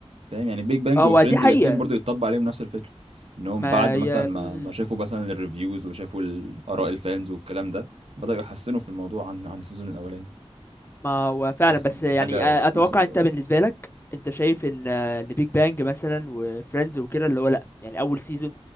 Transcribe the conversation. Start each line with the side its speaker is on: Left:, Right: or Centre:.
Right: فاهم يعني بيج بانج
Left: هو
Right: وفريندز
Left: دي حقيقة
Right: الاتنين برضو يتطبق عليهم نفس الفكرة انهم
Left: ما
Right: بعد
Left: ي...
Right: مثلا ما
Left: م-
Right: ما
Left: م.
Right: شافوا مثلا الريفيوز وشافوا الاراء الفانز والكلام ده بدأوا يحسنوا في الموضوع عن عن السيزون الاولاني
Left: ما هو فعلا
Right: حاسس
Left: بس
Right: ان دي
Left: يعني
Right: حاجة
Left: آه،
Right: اكسكلوسيف
Left: اتوقع انت
Right: قوي
Left: بالنسبة لك انت شايف ان آه، ان بيج بانج مثلا وفريندز وكده اللي هو لا يعني اول سيزون